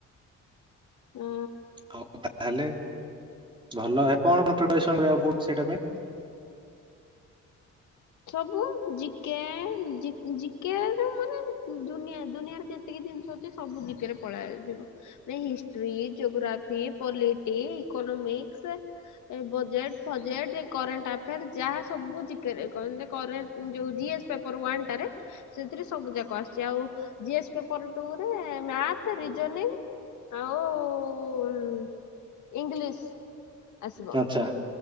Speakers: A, on the left; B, on the right.
A: ହଁ।
B: ହଉ ତାହେଲେ ଭଲ, କଣ କଣ ପ୍ରିପସନ କରିବାକୁ ପଡୁଛି ସେଇଟା ପାଇଁ?
A: ସବୁ ଜିକେ ଜି ଜିକେ ରେ ମାନେ ଦୁନିଆ ଦୁନିଆରେ ଯେ ତିକି ଜିନିଷ ଅଛି ସବୁ ଜିକେ ରେ ପଳେଆଯିବ। ଏଇ ହିଷ୍ଟ୍ରି ଯୋଗ୍ରାଫି ପଲିଟିିକ ଇକୋନୋମିକ୍ସ। ଏ ବଜେଟ୍ ଫଜେଟ୍ ଏ କରେଣ୍ଟ ଆଫେୟାର୍ ଯାହା ସବୁ ଜିକେ ରେ କଣ କରେଣ୍ଟ ଯୋଉ ଜିଏସ୍ ପେପର ୱନ ଟା ରେ ସେଥିରେ ସବୁ ଯାକ ଆସିଛି, ଆଉ ଜି ଏସ ପେପର ଟୁ ରେ ମ୍ୟାଥ ରିଜନିଂ ଆଉ ଇଂଲିଶ ଆସ
B: ଚା ହ